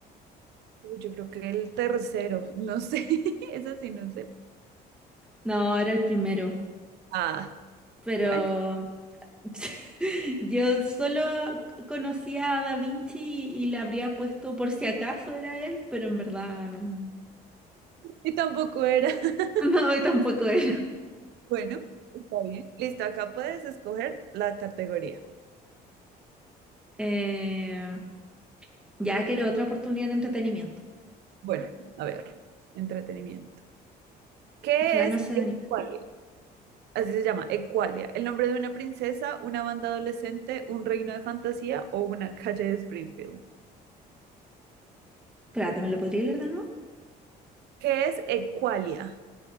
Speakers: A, on the right; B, in the centre.
A: yo creo que el tercero, no sé, <laughs> eso sí, no sé.
B: No, era el primero,
A: Ah,
B: pero
A: bueno,
B: <laughs> yo solo conocía a da Vinci y le habría puesto por si acaso era él, pero en verdad no.
A: y tampoco era. <laughs>
B: <laughs> No, y tampoco es.
A: Bueno, está bien. Listo, acá puedes escoger la categoría.
B: Eh, ya quiero otra oportunidad de entretenimiento.
A: Bueno, a ver, entretenimiento. ¿Qué
B: Ojalá
A: es
B: no se
A: el
B: anime.
A: cual? Así se llama, Equalia, el nombre de una princesa, una banda adolescente, un reino de fantasía o una calle de Springfield.
B: Espérate, ¿me lo podría leer de nuevo?
A: ¿Qué es Equalia?